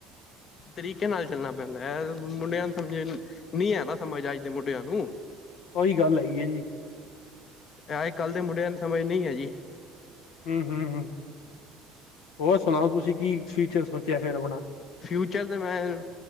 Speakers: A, on the left (about 45°); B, on the left (about 70°).
A: ਤਰੀਕੇ ਨਾਲ ਚੱਲਣਾ ਪੈਂਦਾ ਐ ਮੁੰਡੇਆਂ ਨੂੰ ਸਮਝ ਨੀ ਐ ਨਾ ਸਮਝ ਅੱਜ ਦੇ ਮੁੰਡੇਆਂ ਨੂੰ।
B: ਓਈ ਗਾੱਲ ਹੈਗੀ ਏ ਜੀ।
A: ਐ ਆਜ-ਕਾੱਲ, ਦੇ ਮੁੰਡੇਆਂ ਨੂੰ ਸਮਜ ਨੀ ਐ ਜੀ।
B: ਹੂੰ, ਹੂੰ ਹੋਰ ਸੁਣਾਓ ਤੁਸੀਂ ਕੀ ਫੀਚਰ ਸੋਚੇਆ ਫੇਰ ਆਪਣਾ?
A: ਫਿਊਚਰ ਤਾਂ ਮੈਂ,